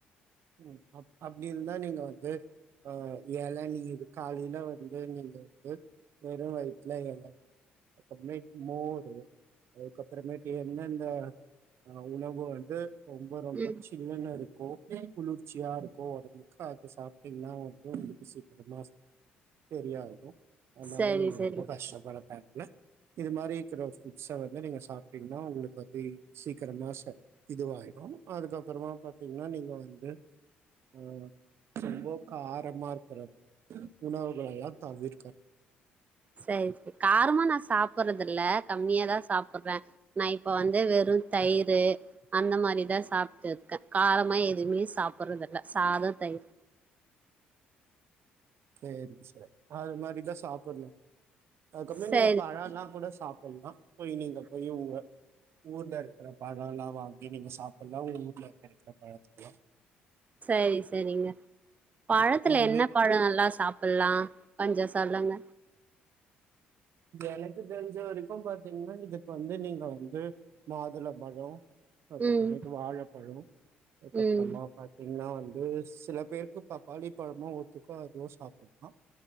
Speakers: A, on the right; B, on the right.
A: ம் அப் அப்படி இருந்தா நீங்க வந்து அஹ் ஏலநீர் காலையில வந்து நீங்க வந்து வெறும் வயிதுல ஏலநீ அதுக்கறமே மோரு அதுக்கப்புறமேட்டு எந்தெந்த அஹ உணவு வந்து ரொம்ப ரொம்ப
B: ம்
A: சில்லுனு இருக்கு ஓகே குளிர்ச்சியா இருக்கும் உடம்புக்கு அத சாப்டீங்ன்னா வந்து உங்களுக்கு சீக்கிரமா சரியாயிடும் அதனால
B: சரி
A: நீங்க
B: சரிங்க
A: ரொம்ப கஷ்ட பட <unintelligible> இது மாரி இருக்கிற ஃபுட்ஸை வந்து நீங்கள் சாப்பிட்டீங்கன்னா உங்களுக்கு வந்து சீக்கிரமாக இதுவாகிடும் அதுக்கப்புறமா பார்த்தீங்கன்னா நீங்கள் வந் து உம் ரொம்ப காரமா இருக் <unintelligible> உணவுகளெல்லாம் தவீர்கனும்
B: சரி காரமா நான் சாப்பிறது தில்ல கம்மியா தான் சாப் சாப்பிடுறேன் நான் இப்ப வந்து வெறும் தயிர் அந்த மாரிதான் சாப்பிட்டு இருக்கேன் காரமா எதுவுமே சாப்பிடறது இல்ல சாதம் தயிர்
A: சேரி சேரி அது மாரிதான் சாப்புனும் அதுகபுறம்
B: சரி
A: நீங்க பழ எல்லாம் கூட சாப்பிடலாம் போய் நீங்க போய் உங்க ஊர்ல இருக்கிற பழம் எல்லாம் வாங்கி நீங்க சாப்பிடலாம் உங்க ஊர்ல இருக்க இருக்கிற பழத்த எல்லாம்
B: சரி சரிங்க பழத்துல
A: உங்களுக்கு
B: என்ன பழம் நல்லா சாப்ப ப்பல்லாம் கொஞ்சம் சொல்லுங்க
A: எனக்கு தெரிஞ்ச வரைக்கும் பாத்தீங்கன்னா இதுக்கு வந்து நீங்க வந்து மாதுள பழம் அதுகப்பரமேட்டு
B: ம்
A: வாழைப்பழம் அதுக்கப்புறமா
B: ம்
A: பாத்தீங்கன்னா வந் ஒரு சில பேருக்கு பப்பாளி பழமோ ஒத்துக்கோ அதுவும் சாப்பிடலாம்